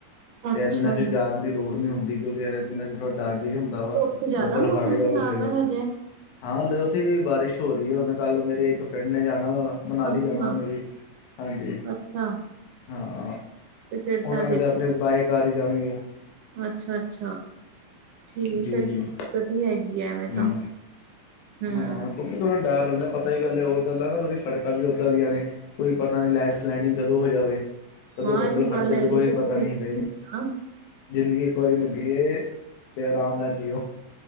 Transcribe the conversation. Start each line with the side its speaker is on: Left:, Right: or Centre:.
Right: ਅੱਛਾ
Left: ਤੇ ਇਹਨਾਂ ਦਿਨਾਂ ਵਿੱਚ ਜਾਣ ਦੀ ਲੋੜ ਨਹੀਂ ਹੁੰਦੀ, ਕਿਉਂਕਿ ਇਹਨਾਂ ਦਿਨਾਂ ਵਿੱਚ ਥੋੜ੍ਹਾ ਡਰ ਜਿਹਾ ਹੋਂਦਾ ਹੈ। ਦਾ ਵੀ
Right: ਉੱਥੇ ਜ਼ਿਆਦਾ
Left: ਬਦਲ
Right: ਮੌਸਮ
Left: ਫੱਟ ਗਿਆ
Right: ਖ਼ਰਾਬ
Left: ਕੁਝ।
Right: ਹੈ ਹਜੇ
Left: ਹਾਂ ਹਲੇ, ਉੱਥੇ ਵੀ ਬਾਰਿਸ਼ ਹੋ ਰਹੀ ਹੈ। ਕੱਲ੍ਹ ਮੇਰੇ ਇੱਕ ਫ੍ਰੈਂਡ ਜਾਣਾ ਮਨਾਲੀ
Right: ਅੱਛਾ
Left: ਜਾਣਾ ਹੈ। ਵੀ ਹਾਂਜੀ
Right: ਅੱਛਾ
Left: ਹਾਂ
Right: ਤੇ ਫੇਰ
Left: ਓਨਾ
Right: ਤਾਂ
Left: ਨਾਲ
Right: ਦੇਖੋ
Left: ਤੇ ਆਪਣੇ ਬਾਈ ਕਾਰ ਈ ਜਾਨਗੇ।
Right: ਅੱਛਾ ਅੱਛਾ, ਠੀਕ ਹੈ,
Left: ਜੀ
Right: ਫਿਰ
Left: ਜੀ
Right: ਦਿੱਕਤ ਹੀ ਹੈਗੀ ਆ ਐਵੇਂ
Left: ਹਮ
Right: ਤਾਂ। ਹਮ
Left: ਹਾਂ ਕਿਉਂਕਿ ਥੋੜ੍ਹਾ ਡਰ ਰੈਂਦਾ ਹੈ। ਪਤਾ ਹੀ ਹੈ, ਉੱਧਰ ਦੀਆਂ ਸੜਕਾ ਵੀ ਐਦਾਂ ਦੀਆਂ ਨੇ, ਕਿਤੇ ਲੈਂਡਸਲਾਈਡਿੰਗ ਨਾ ਹੋ ਜਾਵੇ ਕਦੋਂ ਹੋ ਜਾਵੇ, ਕਦੋਂ
Right: ਹਾਂ
Left: ਬੱਦਲ
Right: ਇਹ ਵੀ ਗੱਲ
Left: ਫਟ ਜਾਵੇ,
Right: ਹੈਗੀ
Left: ਕੋਈ
Right: ਫਿਰ
Left: ਪਤਾ
Right: ਤਾਂ ਰਿਸਕੀ
Left: ਨਹੀਂ ਹੁੰਦਾ ਜੀ।
Right: ਆ
Left: ਜ਼ਿੰਦਗੀ ਇੱਕ ਵਾਰੀ ਹੀ ਮਿਲਦੀ ਹੈ। ਏ ਤੇ, ਆਰਾਮ ਨਾਲ ਜੀ ਓ।